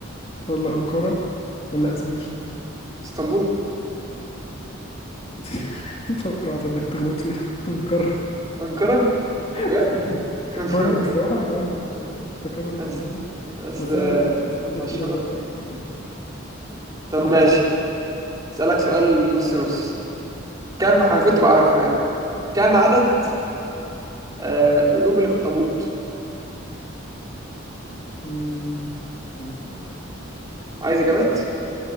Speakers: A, on the left; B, on the right.
A: ولا أنقرة ولا أزمير
B: اسطنبول
A: <laughs> توقعت انك تغلط فيها <laughs> انقرة
B: انقرة
A: <laughs>
B: بجد <laughs>
A: وانا الصراحة انا كمان كنت فاكرها اسطنبول
B: بس بس
A: بس
B: آه،
A: انا سألت السؤال ده
B: مشهورة
A: كتير وغلطت فيه يعني مش عارف.
B: طب
A: حفظته
B: ماشي اسألك سؤال نص نص كم
A: تمام
B: المفروض تبقى عارفه يعني كم عدد آه، قلوب الاخطبوط
A: أمم، يوم الأخوة.
B: عايز اجابات